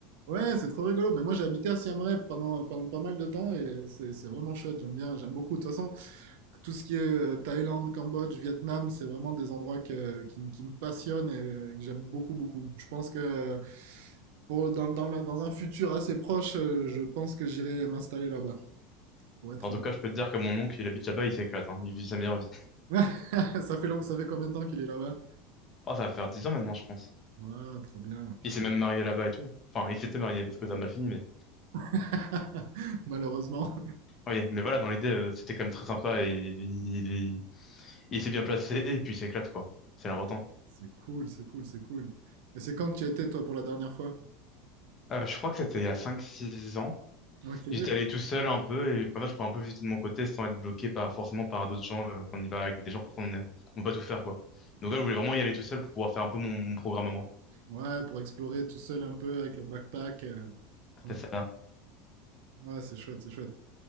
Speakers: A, on the right (about 70°); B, on the left (about 35°).
A: Ouais, c'est trop rigolo. Mais moi, j'ai habité à Siem Reap pendant, pendant pas mal de temps et c'est c'est vraiment chouette. J'aime bien, j'aime beaucoup. De toute façon, tout ce qui est euh, Thaïlande, Cambodge, Vietnam, c'est vraiment des endroits que- qui, me qui me passionnent et euh, que j'aime beaucoup, beaucoup. Je pense que pour, dans, dans la- dans un futur assez proche, euh, je pense que j'irai m'installer là-bas, pour être
B: Bon, En
A: honnête.
B: tout cas, je peux te dire que mon oncle, il habite là-bas, il s'éclate, hein. Il vit sa meilleure vie.
A: <laughs> Ça fait, long- ça fait combien de temps qu'il est là-bas?
B: Oh, ça va faire dix ans maintenant, je pense.
A: Ouais, trop bien, putain.
B: Il s'est même marié là-bas et tout. Enfin, il s'était marié parce que ça a mal fini, mais.
A: <laughs> Malheureusement.
B: Oui, mais voilà, dans l'idée, euh, c'était quand même très sympa et il, il- il s'est bien placé et puis il s'éclate, quoi. C'est l'important.
A: C'est cool, c'est cool, c'est cool. Et c'est quand que tu y as été, toi, pour la dernière fois?
B: Euh, je crois que c'était il y a cinq, six ans.
A: Ok.
B: J'étais allé tout seul un peu et pour ça, je pouvais un peu visiter de mon côté sans être bloqué par, forcément par d'autres gens, euh, qu'on y va avec des gens, pourtant on ne peut pas tout faire, quoi. Donc là, je voulais vraiment y aller tout seul pour pouvoir faire un peu mon, mon programme à moi.
A: Ouais, pour explorer tout seul un peu avec le backpack. euh, tranquille.
B: C'est ça.
A: Ouais, c'est chouette, c'est chouette.